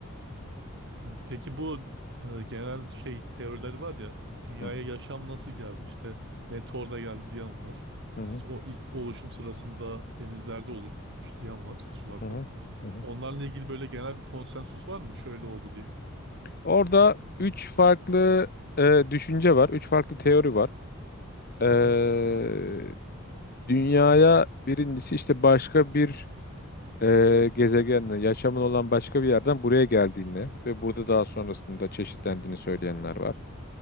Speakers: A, on the right (about 60°); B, on the left (about 45°).
A: Peki bu e, genel şey teorileri var ya dünyaya
B: Hı
A: yaşam nasıl geldi? İşte meteorla geldi diyen var.
B: hı hı
A: İşte o ilk oluşum sırasında denizlerde oluştu diyen var sularda.
B: hı hı. hı hı.
A: Onlarla ilgili böyle genel bir konsensus var mı? Şöyle oldu diye.
B: Orada üç farklı e, düşünce var, üç farklı teori var. Eee,
A: Hı hı.
B: dünyaya birincisi işte başka bir e, gezegenle, yaşamın olan başka bir yerden buraya geldiğini ve burada daha sonrasında çeşitlendiğini söyleyenler var.